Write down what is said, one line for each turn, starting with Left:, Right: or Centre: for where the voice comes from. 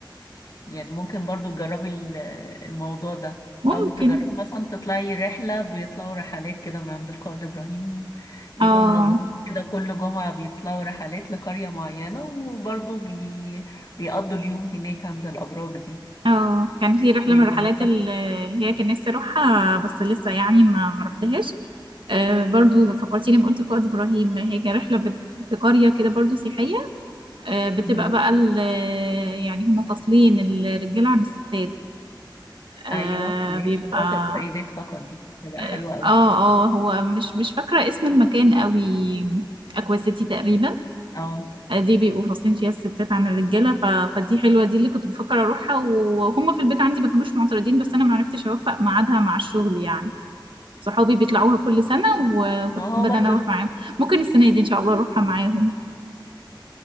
Left: يعني ممكن برضو تجربي ال- الموضوع ده
Right: ممكن
Left: أو تجربي مثلا تطلعي رحلة بيطلعوا رحلات كده من عند القائد إبراهيم بيبقوا
Right: اه
Left: منظمين كده كل جمعة بيطلعوا رحلات لقرية معينة وبرضو بي... بيقضوا اليوم هناك عند الأبراج دي
Right: اه كان في رحلة
Left: بيبقى
Right: من الرحلات
Left: نشاط
Right: ال- اللي هي كان نفسي اروحها بس لسه يعني ما ما روحتهاش آه، برضو فكرتيني لما قلت قائد ابراهيم هي كانت رحلة بت- في قرية كده برضو سياحية آه، بتبقى
Left: مم.
Right: بقى ال- يعني هم فاصلين الرجالة عن الستات آه،
Left: ايوه ليه
Right: بيبقى
Left: شواطئ السيدات فقط دي تبقى
Right: اه
Left: حلوه قوي
Right: اه آه، هو مش مش فاكرة اسم المكان قوي اكوا سيتي تقريبا
Left: اه
Right: آه، دي بيبقوا فاصلين فيها الستات عن الرجالة ف... فدي حلوة دي اللي كنت بفكر اروحها وهم في البيت عندي ما كانوش معترضين بس انا ما عرفتش اوفق ميعادها مع الشغل يعني صحابي بيطلعوها كل سنة وكنت
Left: ما هو
Right: حابة
Left: برضو
Right: ان انا اروح معاهم ممكن السنة دي ان شاء الله اروحها معاهم